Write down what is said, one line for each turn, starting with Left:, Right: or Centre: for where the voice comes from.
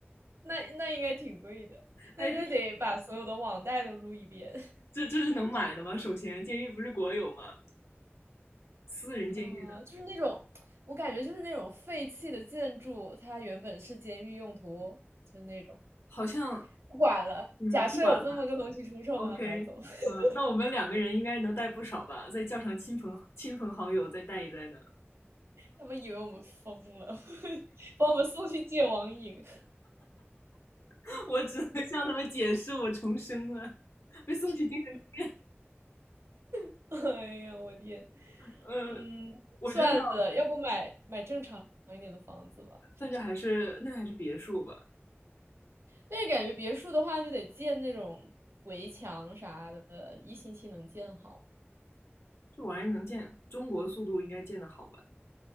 Right: 那那应该挺贵的，
Left: 哎，
Right: 那那得把所有的网贷都撸一遍。
Left: 这这这是能买的吗？首先，监狱不是国有吗？私人监狱呢？
Right: 嗯，就是那种，我感觉就是那种废弃的建筑，它原本是监狱用途，就那种。
Left: 好像，
Right: 不管了，
Left: 嗯，
Right: 假设有这么个东西出售，
Left: 不管了。OK，
Right: 把它买走，<laughs>
Left: 嗯，那我们两个人应该能贷不少吧？再叫上亲朋亲朋好友再带一贷呢。
Right: 他们以为我们疯了，<laughs> 把我们送去戒网瘾。
Left: <laughs> 我只能向他们解释我重生了，被送去精神。
Right: <laughs> 哎呀，我天，
Left: 呃，
Right: 嗯，
Left: 我觉得要，
Right: 算了，要不买买正常一点的房子吧。
Left: 那就还是那就还是别墅吧，
Right: 但是感觉别墅的话，就得建那种围墙啥的，一星期能建好
Left: 这玩意儿能建，中国速度应该建的好吧？